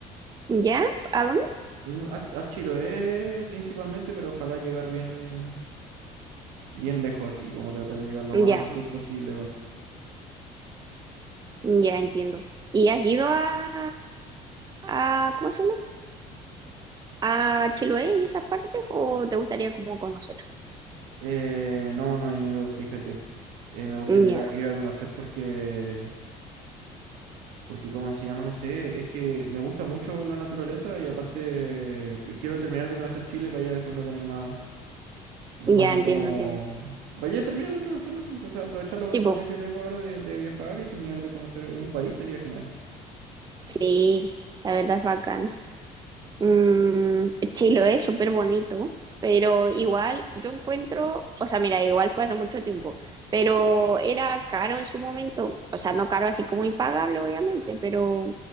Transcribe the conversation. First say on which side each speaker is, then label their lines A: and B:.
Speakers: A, on the right; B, on the right.
A: ¿Ya? ¿A dónde?
B: Mm, A, a Chiloé principalmente, pero ojalá llegar bien, bien lejos así, como tratar de llegar lo más
A: Ya,
B: al sur posible, weón.
A: ya entiendo. ¿Y has ido a, a, ¿cómo se llama? ¿A Chiloé y esas partes o te gustaría como conocer?
B: Eh, no, no he ido, fíjate. Eh, me gustaría
A: Ya,
B: ir a, ir a conocer porque, porque, ¿cómo se llama? No sé, es que me gusta mucho la naturaleza y aparte que quiero terminar de conocer Chile para ya después no tener más, más
A: ya
B: que
A: entiendo,
B: como...
A: entiendo.
B: Vaya a terminar de conocerlo, o sea, aprovechar la oportunidad
A: Sí, pues,
B: que tengo ahora de, de viajar y terminar de conocer un país sería genial.
A: sí, la verdad es bacán. Mm, Chiloé es súper bonito, pero igual yo encuentro, o sea, mira, igual fue hace mucho tiempo, pero era caro en su momento, o sea, no caro así como impagable, obviamente, pero